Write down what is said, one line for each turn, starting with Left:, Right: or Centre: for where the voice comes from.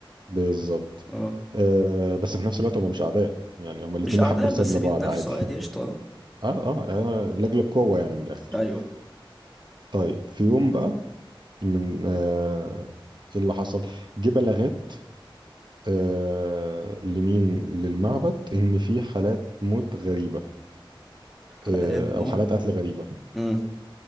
Right: بالظبط
Centre: اه
Right: آه بس في نفس الوقت هم مش اعداء يعني هم الاتنين
Centre: مش اعداء
Right: يحبوا الخير
Centre: بس
Right: لبعض
Centre: بيتنافسوا
Right: عادي
Centre: عادي قشطة
Right: اه اه, آه لاجل القوة يعني من الاخر
Centre: ايوه
Right: طيب في يوم بقى من آه ايه اللي حصل جه بلاغات آه، لمين للمعبد ان في حالات موت غريبه
Centre: حلقات
Right: آه، او
Centre: موت
Right: حالات قتل غريبه
Centre: امم